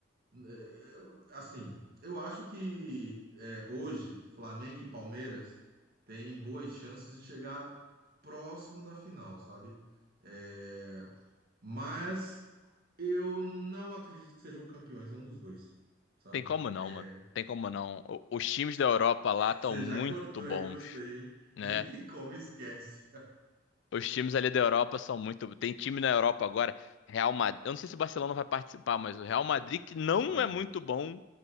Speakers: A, on the right; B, on the left.
A: n- eh, eu- assim, eu acho que eh, hoje Flamengo e Palmeiras têm boas chances de chegar próximo da final, sabe? Eh, mas eu não acredito que sejam campeões nenhum dos dois, sabe?
B: Tem como
A: É,
B: não, mano. Tem como não. O- os times da Europa lá estão
A: Você
B: muito
A: já cortou
B: bons,
A: aí, gostei, hein?
B: né?
A: Nem tem como, esquece.
B: Os times ali da Europa são muito. Tem time na Europa agora, Real Madrid. Eu não sei se o Barcelona vai participar, mas o Real Madrid, que não
A: Vai.
B: é muito bom,